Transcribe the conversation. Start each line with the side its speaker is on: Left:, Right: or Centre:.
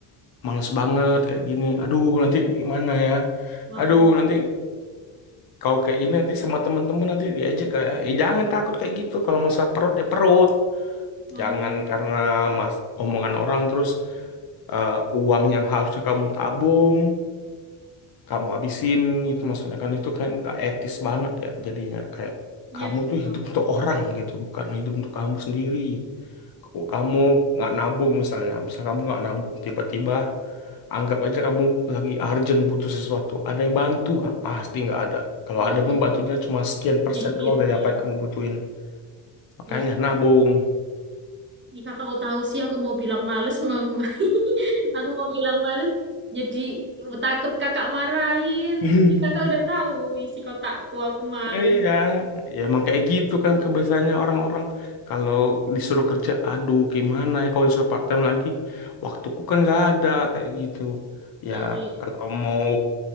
Left: males banget kayak gini. Aduh nanti gimana ya.
Right: oh,
Left: Aduh nanti kalau kayak ini nanti sama temen-temen nanti diajak kayak, eh jangan takut kayak gitu. Kalau masalah perut ya perut.
Right: oh, oh.
Left: Jangan karena mas omongan orang terus eh, uang yang harusnya kamu tabung kamu habisin gitu maksudnya kan itu kan nggak etis banget ya jadinya kayak
Right: Iya
Left: kamu
Right: sih
Left: tuh
Right: kak,
Left: hidup untuk orang gitu bukan hidup untuk kamu sendiri Kalau kamu nggak nabung misalnya misal kamu nggak nabung tiba-tiba anggap aja kamu lagi urgent butuh sesuatu ada yang bantu nggak pasti nggak ada kalau
Right: iya
Left: ada
Right: sih
Left: pun bantunya
Right: kak,
Left: cuma sekian
Right: sedikit
Left: persen doang dari
Right: ya.
Left: apa yang kamu butuhin makanya
Right: Iya sih,
Left: nabung
Right: Kak. Ih, kakak kok tahu sih aku mau bilang males, mau, <laughs> ma- aku mau bilang males. Jadi takut kakak marahin.
Left: <laughs>
Right: Ih, Kakak udah tahu isi kotakku, aku males.
Left: Iya, ya emang kayak gitu kan kebiasaannya orang-orang kalau disuruh kerja, aduh gimana ya kalau disuruh part time lagi, waktuku kan nggak ada kayak gitu. Ya
Right: Ini,
Left: kalau mau